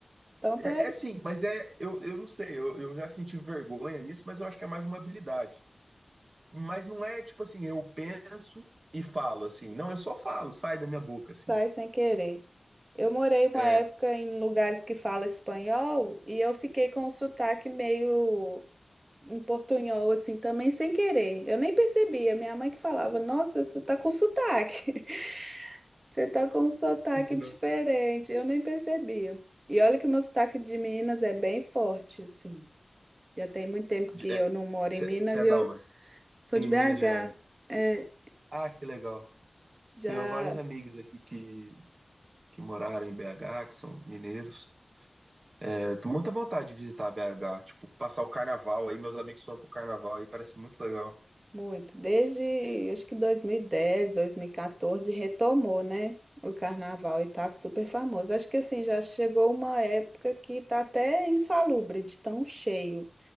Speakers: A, on the right; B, on the right.
A: então
B: É,
A: tá,
B: é sim, mas é, eu, eu não sei, eu, eu já senti vergonha nisso, mas eu acho que é mais uma habilidade. Mas não é tipo assim, eu penso e falo assim. Não, eu só falo, sai da minha boca, assim.
A: tá sem querer. Eu morei uma
B: É,
A: época
B: que
A: em lugares que fala espanhol e eu fiquei com o sotaque meio um portunhol, assim, também sem querer. Eu nem percebia. Minha mãe que falava, nossa, você tá com sotaque. <laughs> Você tá com um sotaque
B: legal.
A: diferente. Eu nem percebia. E olha que o meu sotaque de Minas é bem forte, assim. Já tem muito tempo
B: De-
A: que
B: É,
A: eu não moro
B: você
A: em Minas
B: é
A: e
B: da
A: eu
B: onde?
A: sou
B: Em
A: de BH.
B: Minas Gerais.
A: É,
B: Ah, que legal.
A: já
B: Tenho vários amigos aqui que, que moraram em BH, que são mineiros. É, eu tenho muita vontade de visitar BH, tipo, passar o carnaval aí. Meus amigos foram pro carnaval aí, parece muito legal.
A: Muito. Desde, acho que 2010, 2014, retomou, né? O carnaval e tá super famoso. Acho que assim, já chegou uma época que tá até insalubre de tão cheio.